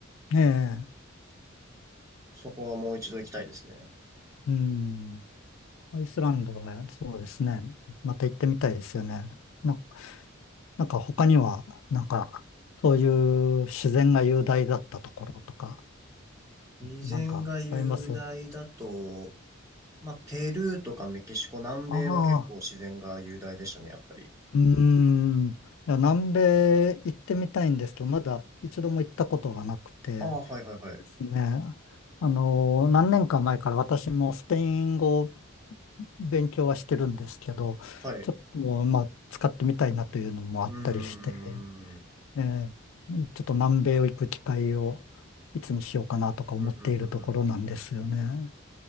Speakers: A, on the left; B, on the right.
A: ええ、
B: そこはもう一度行きたいですね。
A: うん、アイスランドはそうですね。また行ってみたいですよね。ななんか他には、なんか、そういう自然が雄大だったところとか、
B: 以前が雄大だと、
A: なんかあります。あ
B: まあ、ペルーとかメキシコ、南米は結構自然が雄大でしたね、
A: あ、
B: やっぱり。
A: うーん。いや、南米行ってみたいんですけど、まだ一度も行ったことがなくて
B: ああ、はいはいはい。
A: ですね。あの、何年か前から私もスペイン語を勉強はしてるんですけど、
B: はい。
A: ちょっともう、
B: う
A: まあ、使ってみたいなというのもあったりして。
B: ーん。
A: えーちょっと南米を行く機会をいつにしようかなとか思っているところなんですよね。
B: ふんふんふんふん